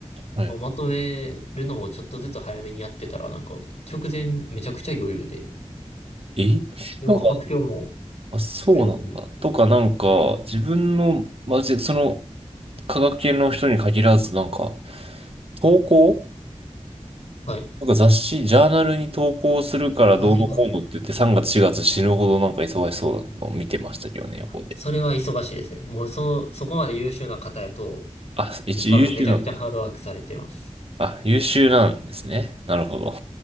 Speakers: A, on the left; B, on the right.
A: まあまとめるのもちょっとずつ早めにやってたら、
B: はい
A: なんか直前めちゃくちゃ余裕で、
B: えなんか
A: でも発表も
B: あ、そうなんだ。
A: それなりに
B: とか、なんか、自分の、まあ、ぜその、科学系の人に限らず、なんか、投稿
A: はい。
B: なんか雑誌、ジャーナルに投稿するからどうのこうのって言って、
A: ああ、
B: 3月、4月死ぬほどなんか忙しそうなのを見てましたけどね、横で。
A: それは忙しいですね。もうその、そこまで優秀な方やと、
B: あ、一応優秀なんだ。
A: 多分めちゃくちゃハードワークされてます。
B: あ、優秀なんですね。なるほど。